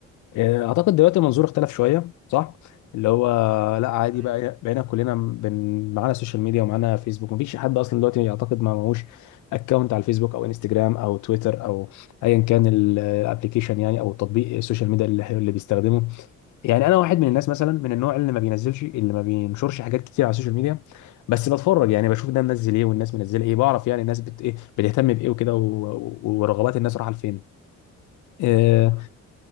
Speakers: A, on the left; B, on the right.
A: آه، اعتقد دلوقتي المنظور اختلف شويه صح اللي هو لا عادي
B: ايوه
A: بقى بقينا كلنا بن... معانا السوشيال ميديا ومعانا فيسبوك مفيش حد اصلا دلوقتي يعتقد ما معهوش اكونت على الفيسبوك او انستجرام او تويتر او ايا كان الابلكيشن يعني او التطبيق السوشيال ميديا اللي اللي بيستخدمه يعني انا واحد من الناس مثلا من النوع اللي ما بينزلش اللي ما بينشرش حاجات كتير على السوشيال ميديا بس بتفرج يعني بشوف ده منزل ايه والناس منزله ايه بعرف يعني الناس بت ايه بتهتم بايه وكده و... و- ورغبات الناس رايحه لفين آه،
B: ايوه فاهم